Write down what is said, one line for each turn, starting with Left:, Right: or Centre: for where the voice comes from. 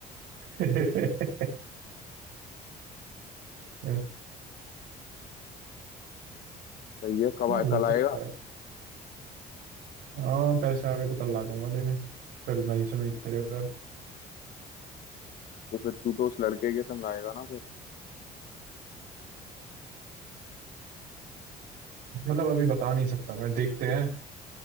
Right: <laughs> यार
Left: सही है कब
Right: हाँ,
Left: आ-
Right: हो
Left: कल आएगा
Right: सकता है हाँ पैसे आ गए तो कल आ जाऊंगा लेने फिर वहीं से मैं तेरे घर
Left: वो फिर तू तो उस लड़के के संग आएगा ना फिर
Right: मतलब अभी बता नहीं सकता मैं देखते हैं